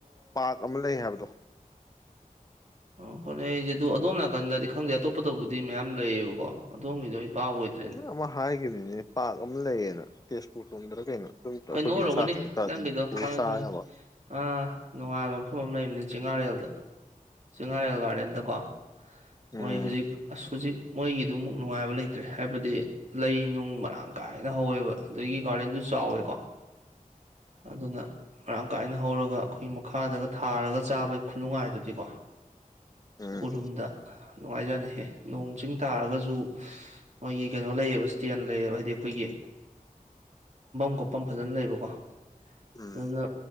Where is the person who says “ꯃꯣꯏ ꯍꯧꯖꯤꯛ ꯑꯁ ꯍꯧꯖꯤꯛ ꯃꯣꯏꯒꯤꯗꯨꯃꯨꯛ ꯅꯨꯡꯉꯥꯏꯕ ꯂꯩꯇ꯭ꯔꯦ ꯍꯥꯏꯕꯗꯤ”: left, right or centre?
Right